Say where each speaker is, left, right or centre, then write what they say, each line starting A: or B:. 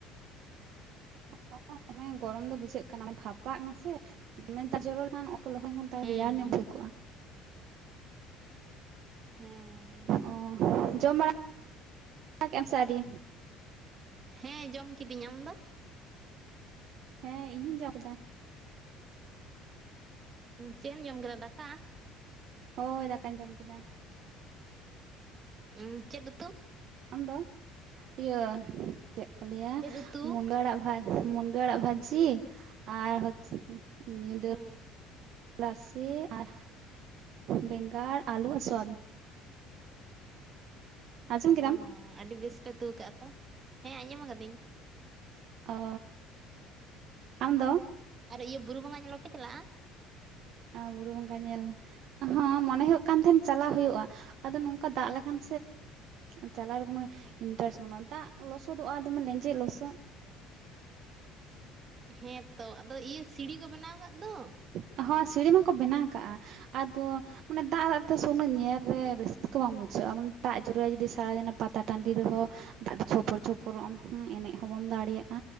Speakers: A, on the right (about 50°); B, on the right (about 25°).
A: <unintelligible> ᱜᱚᱨᱚᱢ ᱫᱚ ᱵᱩᱡᱷᱟᱹᱜ ᱠᱟᱱᱟ ᱵᱷᱟᱯᱟᱜ ᱠᱟᱱᱟ ᱥᱮ <unintelligible> ᱠᱷᱟᱱ ᱚᱛ ᱠᱳ ᱞᱚᱦᱚᱜ ᱠᱷᱟᱱ
B: ᱦᱮᱸ
A: ᱨᱮᱭᱟᱲ ᱧᱚᱜ
B: ᱦᱮᱸ
A: ᱵᱩᱡᱷᱟᱹᱣ ᱠᱚᱜᱟ᱾
B: ᱦᱮᱸ
A: ᱚ ᱡᱚᱢ ᱵᱟᱲᱟ <unintelligible> ᱥᱮ ᱟᱹᱨᱤ
B: ᱦᱮᱸ ᱡᱚᱢ ᱠᱤᱫᱤᱧ ᱟᱢ ᱫᱚ
A: ᱦᱮᱸ ᱤᱧ ᱦᱚᱸᱧ ᱡᱚᱢ ᱠᱮᱫᱟ᱾
B: ᱪᱮᱫ ᱮᱢ ᱡᱚᱢ ᱠᱮᱫᱟ ᱫᱟᱠᱟ?
A: ᱦᱳᱭ ᱫᱟᱠᱟᱧ ᱡᱚᱢ ᱠᱮᱫᱟ᱾
B: ᱩ ᱪᱮᱫ ᱩᱫᱩ?
A: ᱟᱢᱫᱚ ᱤᱭᱟᱹ ᱪᱮᱫ ᱠᱚ ᱞᱟᱹᱭᱟ
B: ᱪᱮᱫ ᱩᱛᱩ
A: ᱢᱩᱱᱜᱟᱹ ᱟᱲᱟᱜ ᱵᱷᱟᱡᱽ ᱢᱩᱱᱜᱟᱹ ᱟᱲᱟᱜ ᱵᱷᱟᱹᱡᱤ ᱟᱨ <unintelligible>
B: ᱦᱮᱸ
A: ᱨᱟᱥᱮ ᱟᱨ ᱵᱮᱸᱜᱟᱲ ᱟᱹᱞᱩ ᱟᱨ ᱥᱳᱣᱟᱵᱤᱱ ᱟᱸᱡᱚᱢ ᱠᱮᱫᱟᱢ
B: ᱚ ᱟᱹᱰᱤ ᱵᱮᱥ ᱯᱮ ᱩᱛᱩᱹᱣ ᱠᱟᱜᱼᱟ ᱛᱚ ᱦᱮᱸ ᱟᱸᱡᱚᱢ ᱠᱟᱹᱫᱟᱹᱧ
A: ᱚ ᱟᱢ ᱫᱚ
B: ᱟᱨ ᱤᱭᱟᱹ ᱵᱩᱨᱩ ᱵᱚᱸᱜᱟ ᱧᱮᱞ ᱵᱟᱯᱮ ᱪᱟᱞᱟᱜᱼᱟ?
A: ᱟ ᱵᱩᱨᱩ ᱵᱚᱸᱜᱟ ᱧᱮᱞ ᱟᱦᱚᱸ ᱢᱚᱱᱮ ᱦᱩᱭᱩᱜ ᱠᱟᱱ ᱛᱟᱦᱮᱸᱱ ᱪᱟᱞᱟᱣ ᱦᱩᱭᱩᱜᱼᱟ ᱟᱫᱚ ᱱᱚᱝᱠᱟ ᱫᱟᱜ ᱞᱮᱠᱷᱟᱱ <unintelligible> ᱪᱟᱞᱟᱜ ᱨᱮ ᱠᱳᱱᱳ ᱤᱱᱴᱟᱨᱮᱥᱴ ᱵᱟᱹᱱᱩᱜᱼᱟ ᱫᱟᱜ ᱞᱚᱥᱚᱫᱚᱜᱼᱟ ᱫᱚᱢᱮ ᱞᱮᱧᱡᱮᱛ ᱞᱚᱥᱚᱜ <inaudible>
B: ᱦᱮᱸ ᱛᱚ ᱟᱫᱚ ᱤᱭᱟᱹ ᱥᱤᱲᱤ ᱠᱚ ᱵᱮᱱᱟᱣ ᱟᱠᱟᱫ ᱫᱚ
A: <unintelligible> ᱥᱤᱲᱤ ᱢᱟᱠᱚ ᱵᱮᱱᱟᱣ ᱟᱠᱟᱜᱼᱟ ᱟᱫᱚ ᱢᱟᱱᱮ ᱫᱟᱜ ᱫᱟᱜ ᱛᱮ ᱩᱱᱟᱹᱜ ᱧᱮᱞ ᱨᱮ ᱨᱟᱹᱥᱠᱟᱹ ᱠᱚ ᱵᱟᱝ ᱵᱩᱡᱷᱟᱹᱜᱼᱟ ᱢᱟᱱᱮ ᱫᱟᱜ ᱡᱚᱨᱚᱭᱟ ᱡᱩᱫᱤ ᱥᱟᱨᱟᱫᱤᱱ ᱚᱱᱟ ᱯᱟᱛᱟ ᱴᱟᱺᱰᱤ ᱨᱮᱦᱚᱸ ᱫᱟᱜ ᱫᱚ ᱪᱷᱯᱚᱨ ᱪᱷᱯᱚᱨᱢ ᱮᱱᱮᱡ ᱦᱚᱸ ᱵᱟᱢ ᱫᱟᱲᱮᱭᱟᱜ ᱟ